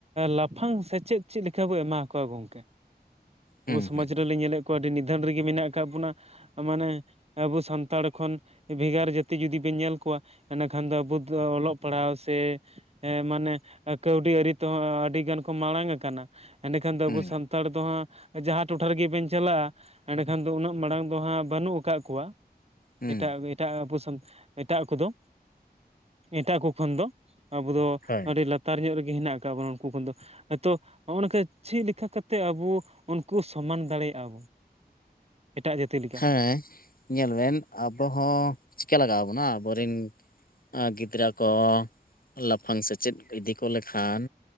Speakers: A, on the right (about 40°); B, on the left (about 60°).
A: ᱞᱟᱯᱷᱟᱝ ᱥᱮᱪᱮᱜ ᱪᱮᱜ ᱞᱮᱠᱟ ᱵᱚ ᱮᱢᱟ ᱠᱚᱣᱟ ᱜᱚᱝᱠᱮ?
B: ᱦᱩᱸ
A: ᱟᱵᱚ ᱥᱚᱢᱟᱡᱽ
B: ᱦᱩᱸ
A: ᱨᱮᱞᱮ ᱧᱮᱞᱮᱜ ᱠᱚᱣᱟ ᱟᱹᱰᱤ ᱱᱤᱫᱷᱟᱹᱱ ᱨᱮᱜᱮ ᱢᱮᱱᱟᱜ ᱟᱠᱟᱜ ᱵᱚᱱᱟ ᱢᱟᱱᱮ ᱟᱵᱚ ᱥᱟᱱᱛᱟᱲ ᱠᱷᱚᱱ ᱵᱷᱮᱜᱟᱨ ᱡᱟᱹᱛᱤ ᱡᱩᱫᱤ ᱵᱤᱱ ᱧᱮᱞ ᱠᱚᱣᱟ, ᱮᱱᱮᱠᱷᱟᱱ ᱫᱚ ᱟᱵᱩ ᱫᱚ ᱚᱞᱚᱜ ᱯᱟᱲᱦᱟᱣ ᱥᱮ ᱦᱮᱸ ᱢᱟᱱᱮ ᱠᱟᱹᱣᱰᱤ ᱟᱹᱨᱤ ᱛᱮᱦᱚᱸ ᱟᱹᱰᱤ ᱜᱟᱱ ᱠᱚ ᱢᱟᱲᱟᱝ ᱟᱠᱟᱱᱟ᱾ ᱮᱸᱰᱮᱠᱷᱟᱱ ᱫᱚ
B: ᱦᱩᱸ
A: ᱟᱵᱚ ᱥᱟᱱᱛᱟᱲ ᱫᱚ ᱦᱟᱸᱜ ᱡᱟᱦᱟᱸ ᱴᱚᱴᱷᱟ ᱨᱮᱜᱮ ᱵᱮᱱ ᱪᱟᱞᱟᱜᱼᱟ, ᱮᱸᱰᱮᱠᱷᱟᱱ ᱫᱚ ᱩᱱᱟᱹᱜ ᱢᱟᱲᱟᱝ ᱫᱚ ᱦᱟᱸᱜ ᱵᱟᱹᱱᱩᱜ ᱟᱠᱟᱜ ᱠᱚᱣᱟ,
B: ᱦᱩᱸ
A: ᱮᱴᱟᱜ ᱢᱤᱫ ᱮᱴᱟᱜ ᱟᱵᱚ ᱥᱟᱱ ᱮᱴᱟᱜ ᱠᱚᱫᱚ ᱮᱴᱟᱜ ᱠᱚ ᱠᱷᱚᱱ ᱫᱚ ᱟᱵᱚ ᱫᱚ
B: ᱦᱳᱭ
A: ᱟᱹᱰᱤ ᱞᱟᱛ ᱞᱟᱛᱟᱨ ᱧᱚᱜ ᱨᱮᱜᱤ ᱦᱮᱱᱟᱜ ᱟᱠᱟᱜ ᱵᱚᱱᱟ ᱩᱱᱠᱩ ᱠᱷᱚᱱ ᱫᱚ, ᱛᱚ ᱦᱚᱜᱚ ᱱᱚᱝᱠᱟ ᱪᱤᱜ ᱞᱮᱠᱟ ᱠᱟᱛᱮᱜ ᱟᱵᱩ ᱚᱱ ᱠᱩ ᱥᱚᱢᱟᱱ ᱫᱟᱲᱮᱭᱟᱜᱼᱟ ᱵᱚ ᱮᱴᱟᱜ ᱡᱟᱹᱛᱤ ᱞᱮᱠᱟ᱾
B: ᱦᱮᱸ ᱧᱮᱞ ᱵᱮᱱ ᱟᱵᱚ ᱦᱚᱸ ᱪᱤᱠᱟᱹ ᱞᱟᱜᱟᱣ ᱵᱚᱱᱟ ᱟᱵᱚᱨᱤᱱ ᱟ ᱜᱤᱫᱽᱨᱟᱹ ᱠᱚ ᱞᱟᱯᱷᱟᱝ ᱥᱮᱪᱮᱫ ᱤᱫᱤ ᱠᱚ ᱞᱮᱠᱷᱟᱱ